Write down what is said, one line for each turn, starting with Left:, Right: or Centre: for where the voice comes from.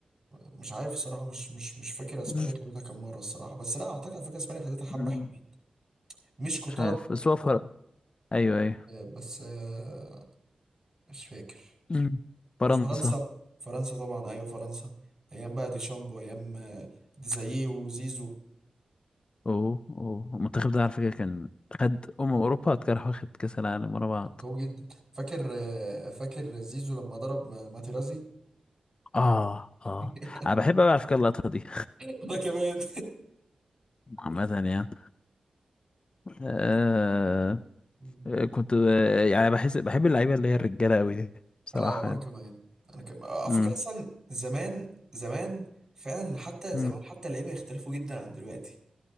Right: مش عارف الصراحه مش مش مش فاكر
Left: مم.
Right: اسبانيا خدتها كام مره الصراحه بس لا اعتقد على فكره اسبانيا خدتها حبه
Left: مم.
Right: حلوين مش كتار
Left: مش عارف بس هو فرق ايوه ايوه
Right: آه، بس آه، مش فاكر
Left: مم. فرنسا
Right: وفرنسا فرنسا طبعا ايوه فرنسا ايام بقى ديشامب وايام آه، ديزاييه وزيزو
Left: اوه اوه المنتخب ده على فكرة كان خد أمم أوروبا كان واخد كأس العالم ورا بعض
Right: كان قوي جدا فاكر آه، فاكر زيزو لما ضرب ما- ماتيرازي
Left: اه
Right: <laughs>
Left: اه انا بحب أوي على فكرة اللقطة دي
Right: انا كمان
Left: <laughs> عامة يعني آه
Right: <laughs>
Left: آه، كنت آه، يعني بحس بحب اللعيبة اللي هي الرجالة قوي دي بصراحة
Right: اه وانا
Left: يعني
Right: كمان انا كمان على
Left: مم.
Right: فكره اصلا زمان زمان فعلا حتى
Left: مم.
Right: زمان حتى اللعيبه يختلفوا جدا عن دلوقتي